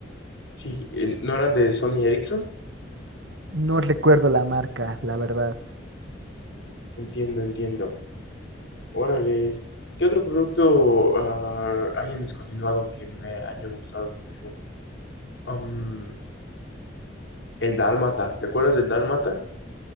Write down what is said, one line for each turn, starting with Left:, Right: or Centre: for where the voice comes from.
Left: Sí, eh, ¿no eran de Sony Ericsson?
Right: No recuerdo la marca, la verdad.
Left: Entiendo, entiendo. Órale. ¿Qué otro producto ah, hay en descontinuado que me haya gustado mucho? Am, el Dálmata. ¿Te acuerdas del Dálmata?